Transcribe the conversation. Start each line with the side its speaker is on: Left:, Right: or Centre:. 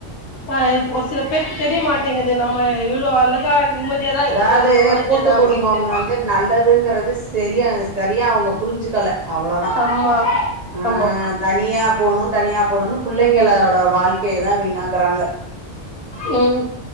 Left: அ இப்ப ஒரு சில பேருக்கு தெரியமாட்டேங்குது நம்ம எவ்ளோ அழகா நிம்மதியாதா
Right: அதாவ்து
Left: இருக்குறோ இந்த வாழ்க்கையில
Right: கூட்டு குடும்பம்
Left: அப்டின்ட்டு
Right: வந்து நல்ல துங்குறது செரிய சரியா அவுங்க புரிஞ்சுக்கல அவ்ளோதா
Left: ஆமா
Right: ஆ
Left: ஆமா
Right: தனியா போணு தனியா போணுன்னு புள்ளைங்களோட வாழ்க்கையைதா வீணாக்குறாங்க
Left: ம்